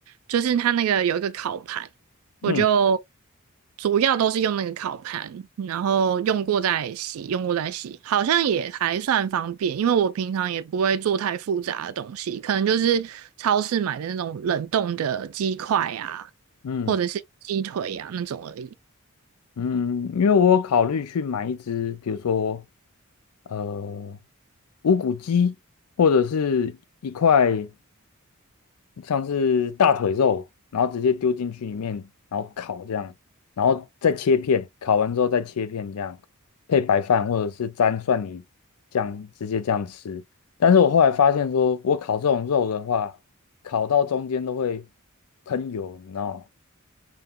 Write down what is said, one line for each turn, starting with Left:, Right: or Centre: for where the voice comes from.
Right: 就是它那个有一个烤盘，我就
Left: 嗯
Right: 主要都是用那个烤盘，然后用过再洗，用过再洗，好像也还算方便。因为我平常也不会做太复杂的东西，可能就是超市买的那种冷冻的鸡块啊，
Left: 嗯。
Right: 或者是鸡腿呀、啊、那种而已。
Left: 嗯，因为我有考虑去买一只，比如说，呃，无骨鸡，或者是一块像是大腿肉，然后直接丢进去里面，然后烤这样，然后再切片，烤完之后再切片这样，配白饭或者是沾蒜泥酱，直接这样吃。但是我后来发现说，我烤这种肉的话，烤到中间都会喷油，你知道吗？